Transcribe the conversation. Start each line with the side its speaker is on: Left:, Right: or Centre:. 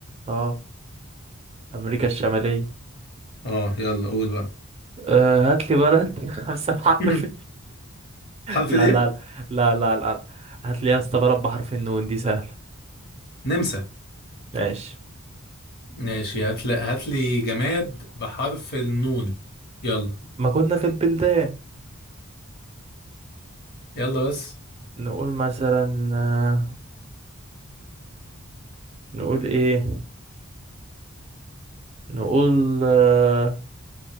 Right: اه امريكا الشمالية
Left: اه يلا قول بقى
Right: آه هات لي بلد <laughs> خمسة بحرف
Left: <laughs> حرف
Right: لا
Left: الايه
Right: لا لا لا لا هات لي يا اسطى بلد بحرف النون دي سهلة
Left: نمسا
Right: ماشي
Left: ماشي هات لي هات لي جماد بحرف النون يلا
Right: ما كنا في البلدان
Left: يلا بس
Right: نقول مثلا آه، نقول ايه نقول آه،